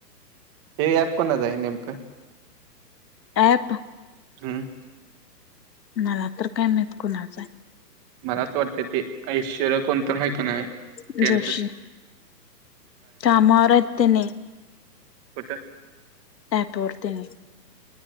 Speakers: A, on the right; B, on the left.
A: हे अँप कोणाच आहे नेमकं?
B: ॲप
A: हम्म.
B: मला तर काय माहित कोणाच आहे.
A: मला तर वाटते ते ऐश्वर्या कोणतर हाय का नाही
B: आहे
A: त्यांचच
B: जोशी कामावर हाईत तेनी.
A: कुठं?
B: ॲप वरती.